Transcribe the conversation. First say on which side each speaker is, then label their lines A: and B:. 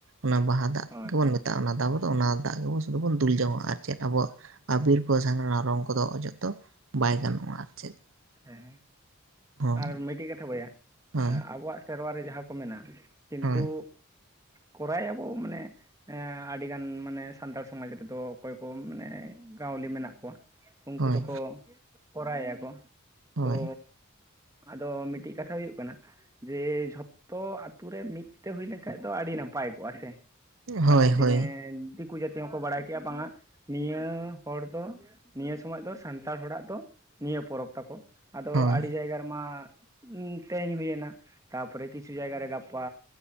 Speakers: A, on the right; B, on the right.
A: ᱚᱱᱟ ᱵᱟᱦᱟ, ᱫᱟᱜᱽ
B: ᱦᱳᱭ
A: ᱜᱮᱵᱚᱱ ᱢᱮᱛᱟᱜᱼᱟ ᱚᱱᱟ ᱫᱚ ᱟᱵᱚ ᱫᱚ ᱚᱱᱟ ᱫᱟᱜᱽ ᱜᱮᱵᱚᱱ ᱥᱩᱫᱩ ᱵᱚᱱ ᱫᱩᱞ ᱡᱚᱝᱚᱜᱼᱟ ᱟᱨ ᱪᱮᱫ ᱟᱵᱚᱣᱟᱜ, ᱟᱵᱤᱨ ᱠᱚ ᱡᱟᱦᱟᱸᱱᱟᱜ ᱨᱚᱝ ᱠᱚᱫᱚ ᱚᱡᱚᱜ ᱫᱚ ᱵᱟᱭ ᱜᱟᱱᱚᱜᱼᱟ ᱟᱨ ᱪᱮᱫ᱾
B: ᱦᱮᱸ
A: ᱦᱳᱭ
B: ᱟᱨ ᱢᱤᱫᱴᱮᱜ ᱠᱟᱛᱷᱟ ᱵᱚᱭᱦᱟ
A: ᱦᱳᱭ
B: ᱟᱵᱚᱣᱟᱜ ᱥᱮᱨᱣᱟ ᱨᱮ ᱡᱟᱦᱟᱸ ᱠᱚ ᱢᱮᱱᱟ ᱠᱤᱱᱛᱩ,
A: ᱦᱳᱭ
B: ᱠᱚᱨᱟᱭᱮᱜᱼᱟ ᱵᱚ ᱢᱟᱱᱮ, ᱟᱹᱰᱤᱜᱟᱱ ᱢᱟᱱᱮ ᱥᱟᱱᱛᱟᱲ ᱥᱚᱢᱟᱡᱽ ᱨᱮᱫᱚ ᱚᱠᱚᱭ ᱠᱚ ᱢᱟᱱᱮ ᱜᱟᱣᱞᱤ ᱢᱮᱱᱟᱜ ᱠᱚᱣᱟ᱾ ᱩᱱᱠᱩ
A: ᱦᱳᱭ
B: ᱫᱚᱠᱚ ᱠᱚᱨᱟᱣᱮᱫᱼᱟ ᱠᱚ
A: ᱦᱳᱭ
B: ᱛᱚ, ᱟᱫᱚ ᱢᱤᱫᱴᱤᱜ ᱠᱟᱛᱷᱟ ᱦᱩᱭᱩᱜ ᱠᱟᱱᱟ, ᱡᱮ ᱡᱷᱚᱛᱚ ᱟᱛᱳ ᱨᱮ ᱢᱤᱫᱛᱮ ᱦᱩᱭ ᱞᱮᱱᱠᱷᱟᱱ ᱫᱚ ᱟᱹᱰᱤ ᱱᱟᱯᱟᱭ ᱠᱚᱜᱼᱟ ᱥᱮ᱾ ᱢᱟᱱᱮ
A: ᱦᱳᱭ ᱦᱳᱭ
B: ᱫᱤᱱᱮ
A: ᱦᱳᱭ
B: ᱫᱤᱠᱩ ᱡᱟᱹᱛᱤ ᱦᱚᱸᱠᱚ ᱵᱟᱲᱟᱭ ᱠᱮᱭᱟ ᱵᱟᱝᱟ ᱱᱤᱭᱟᱹ ᱦᱚᱲ ᱫᱚ, ᱱᱤᱭᱟᱹ ᱥᱚᱢᱚᱭ ᱫᱚ ᱥᱟᱱᱛᱟᱲ ᱦᱚᱲᱟᱜ ᱫᱚ ᱱᱤᱭᱟᱹ ᱯᱚᱨᱚᱵᱽ ᱛᱟᱠᱚ᱾ ᱟᱫᱚ
A: ᱦᱳᱭ
B: ᱟᱹᱰᱤ ᱡᱟᱭᱜᱟ ᱨᱮ ᱢᱟ ᱛᱮᱦᱮᱧ ᱦᱩᱭᱮᱱᱟ ᱛᱟᱯᱚᱨᱮ ᱠᱤᱪᱷᱩ ᱡᱟᱭᱜᱟᱨᱮ ᱜᱟᱯᱟ,